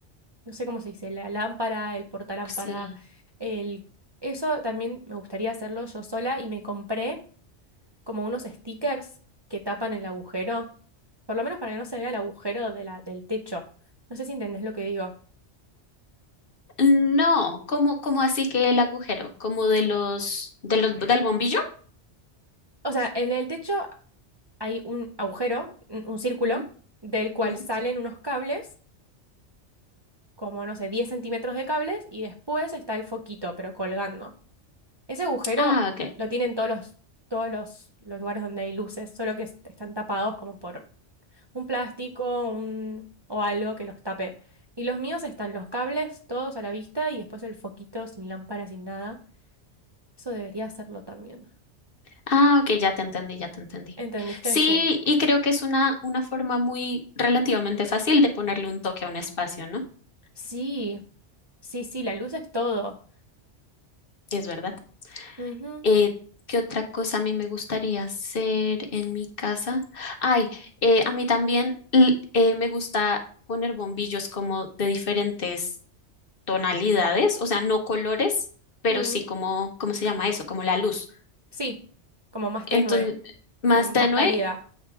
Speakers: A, on the right (about 30°); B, on the left (about 50°).
A: no sé cómo se dice, la lámpara, el portalámpara,
B: Sí.
A: el... Eso también me gustaría hacerlo yo sola y me compré como unos stickers que tapan el agujero, por lo menos para que no se vea el agujero de la, del techo. No sé si entendés lo que digo.
B: No, como, como así que el agujero, como de los, de los, del bombillo.
A: O sea, en el techo hay un agujero, un un círculo,
B: Ujú,
A: del cual
B: ujú.
A: salen unos cables, como no sé, 10 centímetros de cables, y después está el foquito, pero colgando. Ese agujero
B: Ah, ok.
A: lo tienen todos los, todos los, los lugares donde hay luces, solo que est- están tapados como por un plástico un, o algo que los tape. Y los míos están los cables, todos a la vista, y después el foquito sin lámpara, sin nada. Eso debería hacerlo también.
B: Ah, ok, ya te entendí, ya te entendí.
A: ¿Entendiste?
B: Sí,
A: Sí.
B: y creo que es una, una forma muy relativamente fácil de ponerle un toque a un espacio, ¿no?
A: Sí, sí, sí, la luz es todo.
B: Es verdad.
A: Ujú.
B: Eh, ¿qué otra cosa a mí me gustaría hacer en mi casa? Ay, eh, a mí también l- eh, me gusta poner bombillos como de diferentes tonalidades, o sea, no colores, pero
A: Mm.
B: sí como, ¿cómo se llama eso? Como la luz.
A: Sí, como más
B: Entonces,
A: tenue
B: más
A: o más
B: tenue
A: cálida.